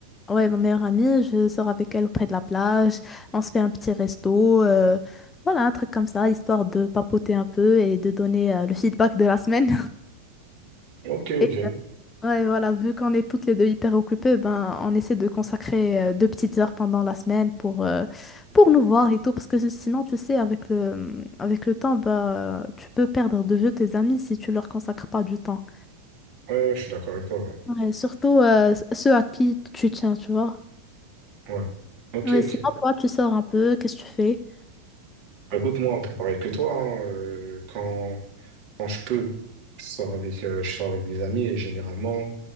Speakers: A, on the left (about 20°); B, on the right (about 40°).
A: ouais, ma meilleure amie, je sors avec elle auprès de la plage. On se fait un petit resto. euh, voilà, un truc comme ça, histoire de papoter un peu et de donner euh, le feedback de la semaine.
B: Ok, ok.
A: Et
B: Ouais,
A: ouais, voilà, vu qu'on est toutes les deux hyper occupées, ben, on essaie de consacrer euh, deux petites heures pendant la semaine pour, euh, pour nous voir et tout. Parce que sinon, tu sais, avec le, avec le temps, bah, tu peux perdre de vue tes amis si tu leur consacres pas du temps.
B: ouais, je suis d'accord avec toi, ouais.
A: Ouais, surtout euh, ceux à qui tu tiens, tu vois.
B: Ouais. Ok,
A: Ouais,
B: ok.
A: sinon, toi, tu sors un peu, qu'est-ce que tu fais?
B: Bah, Écoute, moi, un peu pareil que toi, hein, euh, quand, quand je peux, je sors avec, euh, je sors avec des amis et généralement,